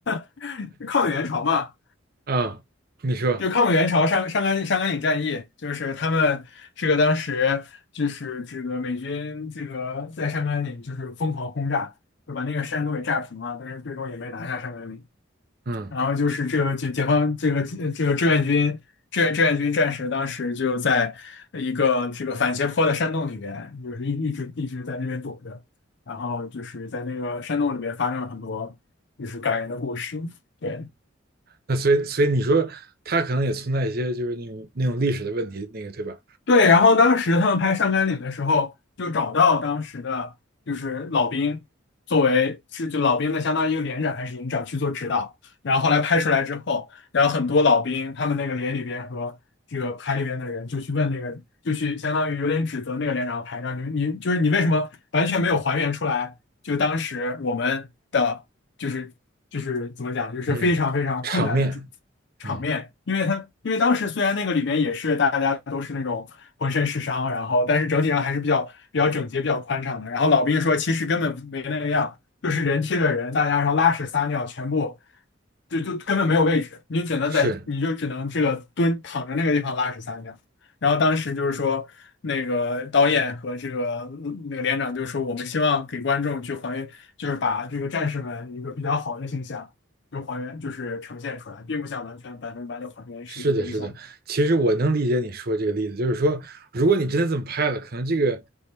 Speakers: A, on the left; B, on the right.
A: <laughs> 就抗美援朝嘛，
B: 啊，你说，
A: 就抗美援朝上上甘上甘岭战役，就是他们这个当时就是这个美军这个在上甘岭就是疯狂轰炸，就把那个山都给炸平了，但是最终也没拿下上甘岭。
B: 嗯，
A: 然后就是这个解解放这个呃这个志愿军志愿志愿军战士，当时就在一个这个反斜坡的山洞里边，就是一一直一直在那边躲着，然后就是在那个山洞里边发生了很多就是感人的故事。对。
B: 那所以所以你说它可能也存在一些就是那种那种历史的问题，那个对吧？
A: 对，然后当时他们拍上甘岭的时候，就找到当时的就是老兵，作为是就老兵的相当于一个连长还是营长去做指导。然后后来拍出来之后，然后很多老兵他们那个连里边和这个排里边的人就去问那个，就去相当于有点指责那个连长和排长，你你就是你为什么完全没有还原出来？就当时我们的。就是就是怎么讲，就是非常非常困难的主
B: 嗯，场面，
A: 场面，
B: 嗯，
A: 因为他因为当时虽然那个里边也是大家都是那种浑身是伤，然后但是整体上还是比较比较整洁、比较宽敞的。然后老兵说，其实根本没那个样，就是人贴着人，大家然后拉屎撒尿全部。就就根本没有位置，你只能在，
B: 是
A: 你就只能这个蹲躺着那个地方拉屎撒尿。然后当时就是说，那个导演和这个那个连长就说，我们希望给观众去还原，就是把这个战士们一个比较好的形象，就还原，就是呈现出来，并不想完全百分百的还原事实真相。
B: 是的，是的，其实我能理解你说这个例子，就是说，如果你真的这么拍了，可能这个